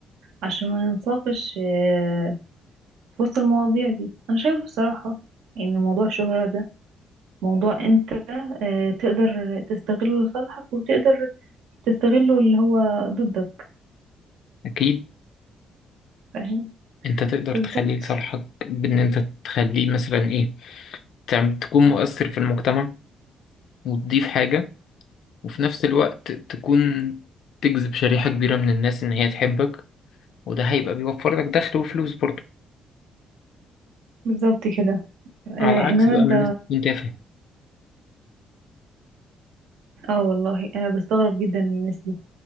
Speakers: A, on the right; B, on the left.
A: عشان ما ينساقش آه، في وسط المواضيع دي أنا شايفة بصراحة إن موضوع الشهرة ده موضوع أنت آه، تقدر تستغله لصالحك وتقدر تستغله اللي هو ضدك
B: اكيد
A: فاهم
B: انت تقدر
A: بالظبط
B: تخلي لصالحك بان انت تخليه مثلا ايه تعم- تكون مؤثر في المجتمع وتضيف حاجة وفي نفس الوقت تكون تجذب شريحة كبيرة من الناس ان هي تحبك وده هيبقى بيوفر لك دخل وفلوس برضه
A: بالظبط كده آه،
B: على عكس
A: إنما
B: بقى
A: أنت
B: ما الناس تكون تافهة
A: اه والله انا بستغرب جدا من الناس دي